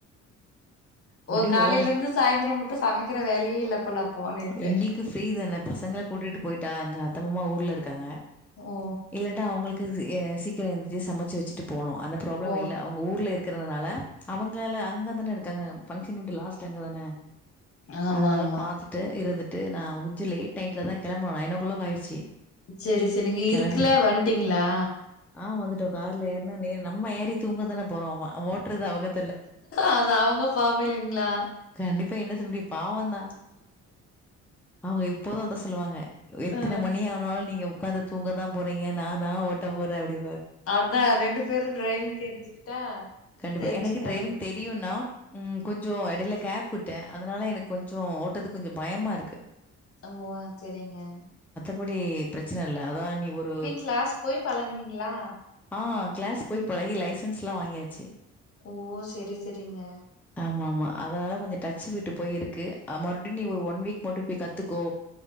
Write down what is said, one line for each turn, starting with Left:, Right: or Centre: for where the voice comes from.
Centre: அப்டியே
Left: ஓ காலையில
Centre: ஓடுது.
Left: இருந்து சாயந்திர மட்டு சமைக்கிற வேலையே இல்ல போல அப்போ நேத்து
Centre: எங்களுக்குஃப்ரீ தானே பசங்கள கூட்டிட்டு போயிட்டா எங்க அத்த மாமா ஊர்ல இருக்காங்க
Left: ஓ
Centre: இல்லட்டா அவுங்களுக்கு எ சீக்கிர எந்துச்சு சமச்சு வச்சுட்டு போனும் அந்த ப்ராப்ளம்
Left: போனு
Centre: இல்ல அவுங்க ஊர்ல இருக் க்குறனால அவுங்கள அங்கதானே இருக்காங்க பங்க்ஷன் வீடு லாஸ்ட் அங்க தானே
Left: ஆமா
Centre: அதனால
Left: ஆமா
Centre: பார்த்துட்டு, இருந்துட்டு நா உஜ்ஜு லேட் நைட்டில தான கிளம்புனோ நயன் ஒ க்ளாக் ஆயிடுச்சு
Left: சேரி சேரி நீங்க
Centre: கிளம்பி
Left: இருக்குல வந்ட்டீங்ளா
Centre: ஆ வந்துட்டோம். கார்ல ஏற்னா நே நம்ம ஏறி தூங்கதானே போறோ ஆமா வோட்றது அவுக
Left: அதா அவுங்க பாவ இல்லிங்ளா
Centre: கண்டிப்பா என்ன சொல் முடியு பாவந்தா அவுங்க எப்போது அதா சொல்லுவாங்க எத்தன
Left: ஆ
Centre: மணி ஆனால் நீங்க ஒக்காந்து தூங்க தா போறீங்க நா தா ஓட்ட போறே அப்டி
Left: அதா ரெண்டு பேரும் டிரைவிங் தெரிஞ்சுக்கிட்டா
Centre: கண்டிப்பா
Left: தெரிஞ்சுக்காது
Centre: எனக்கு டிரைவிங் தெரியுனா ம் கொஞ்சசோ இடயில கேப் விட்டே அதனால எனக்கு கொஞ்சோ ஓட்டதுக்கு கொஞ்சோ பயமா இருக்கு
Left: ஓ சேரிங்க
Centre: புடி பிரச்சன இல்ல அதா நீ ஒரு
Left: கிளாஸ் போய் பழகுனீங்களா
Centre: ஆ கிளாஸ் போய் பழகி லைசன்ஸ்லா வாங்கியாச்சு
Left: ஓ சேரி சேரிங்க
Centre: ஆமாமா. அதனால கொஞ்ச டச்சு விட்டு போயிருக்கு அ மறுபடி நீ ஒரு ஒன் வீக் மட்டு போய் கத்துக்கோ